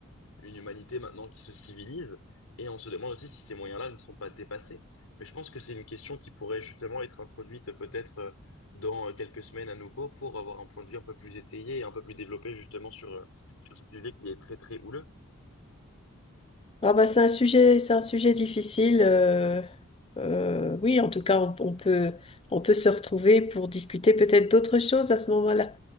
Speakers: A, on the left; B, on the left.
A: une humanité maintenant qui se civilise et on se demande aussi si ces moyens-là ne sont pas dépassés. Mais je pense que c'est une question qui pourrait justement être introduite peut-être euh, dans euh, quelques semaines à nouveau pour avoir un point de vue un peu plus étayé et un peu plus développé justement sur, euh, sur ce sujet qui est très très houleux.
B: Ah bah, c'est un sujet, c'est un sujet difficile. euh, euh, oui, en tout cas, on, on peut, on peut se retrouver pour discuter peut-être d'autres choses à ce moment-là.